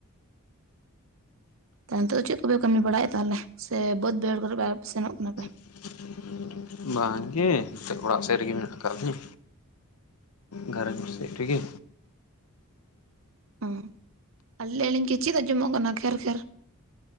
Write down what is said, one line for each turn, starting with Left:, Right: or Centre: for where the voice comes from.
Right: ᱱᱤᱛᱚᱜ ᱫᱚ ᱪᱮᱫ ᱠᱚᱯᱮ ᱠᱟᱹᱢᱤ ᱵᱟᱲᱟᱭᱮᱫ-ᱟ ᱛᱟᱦᱚᱞᱮ ᱥᱮ ᱵᱟᱹᱫ ᱵᱟᱹᱭᱦᱟᱹᱲ ᱠᱚᱨᱮ ᱥᱮᱱᱚᱜ ᱠᱟᱱᱟ ᱯᱮ᱾
Left: <unintelligible> ᱵᱟᱝᱜᱮ ᱱᱤᱛᱚᱜ ᱚᱲᱟᱜ ᱥᱮᱫ ᱨᱮᱜᱮ ᱢᱮᱱᱟᱜ ᱠᱟᱜ ᱞᱤᱧ᱾ ᱜᱷᱟᱨᱚᱸᱡᱽ ᱥᱮᱫ ᱨᱮᱜᱮ᱾
Right: ᱚᱸ ᱟ ᱞᱟᱹᱭ ᱟᱞᱤᱧ ᱠᱤ ᱪᱮᱫ ᱟᱸᱡᱚᱢᱚᱜ ᱠᱟᱱᱟ ᱠᱷᱮᱨ ᱠᱷᱮᱨ?